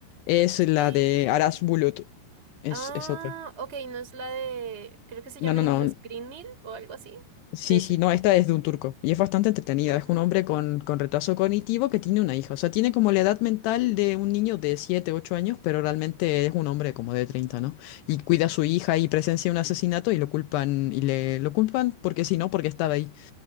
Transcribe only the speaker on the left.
Es la
de Aras Bulut. Es,
es otra.
No,
no,
no.
Sí,
sí, no, esta es de un turco y es bastante entretenida.
Es un hombre con, con retraso cognitivo que tiene una hija. O sea, tiene como la edad mental de un niño de 7, 8 años, pero realmente es un hombre como de 30, ¿no? Y cuida a su hija y presencia un asesinato y lo culpan, y le lo culpan porque sí, no, porque estaba ahí.